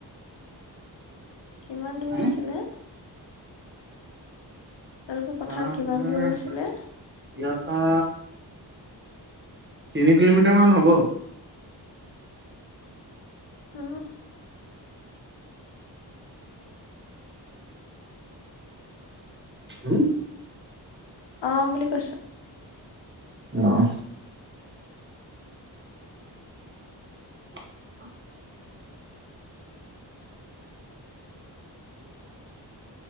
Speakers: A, on the left; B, on the right.
A: কিমান দূৰ
B: হম
A: আছিলে তেওঁলোকৰ পথাৰ
B: অ
A: কিমান
B: তোমাৰ
A: দূৰত
B: ইয়াৰ
A: আছিলে
B: পা তিনি কিলোমিটাৰ মান হব
A: অহ
B: হো
A: অহ বুলি কৈছো।
B: অহ। <unintelligible>